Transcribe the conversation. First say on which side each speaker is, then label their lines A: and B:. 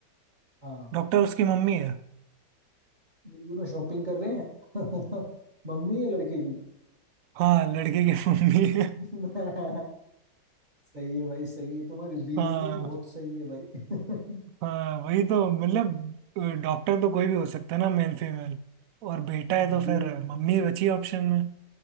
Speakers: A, on the right; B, on the right.
A: हाँ
B: डॉक्टर उसकी मम्मी है
A: ये दोनों शॉपिंग कर रहे हैं <laughs> मम्मी है लड़के की
B: हाँ लड़के की <laughs> मम्मी
A: <laughs>
B: है
A: सही है भाई सही है तुम्हारी रीजनिंग
B: हाँ
A: बहुत सही है भाई
B: हाँ वही तो मतलब डॉक्टर तो कोई भी हो सकता है ना मेल फीमेल और बेटा
A: <laughs>
B: है तो फिर
A: गुड
B: मम्मी बची ऑप्शन में